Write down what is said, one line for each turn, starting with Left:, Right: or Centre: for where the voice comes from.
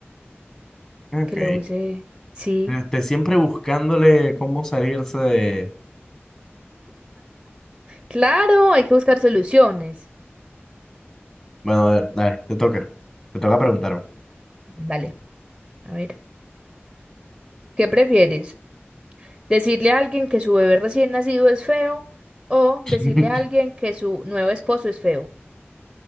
Left: Ok.
Centre: Que lo use. Sí.
Left: Este, siempre buscándole cómo salirse de...
Centre: Claro, hay que buscar soluciones.
Left: Bueno, a ver, dale, te toca. Te toca preguntarme.
Centre: Dale, a ver. ¿Qué prefieres? ¿Decirle a alguien que su bebé recién nacido es feo o
Left: <laughs>
Centre: decirle a alguien que su nuevo esposo es feo?